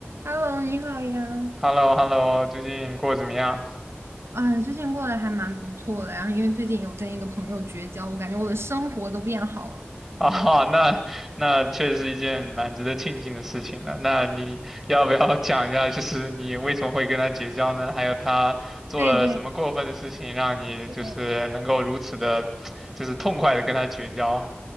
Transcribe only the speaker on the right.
Hello，你好呀。
啊，最近过得还蛮不错的，然后因为最近有跟一个朋友绝交，我感觉我的生活都变好了。
对对
对